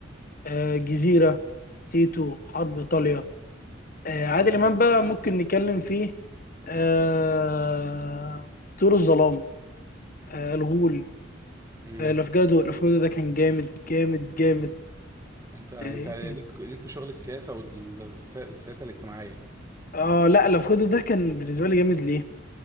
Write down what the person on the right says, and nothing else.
اه انت
امم
انت انت
ليك
ليك في شغل السياسه والسياسه الاجتماعيه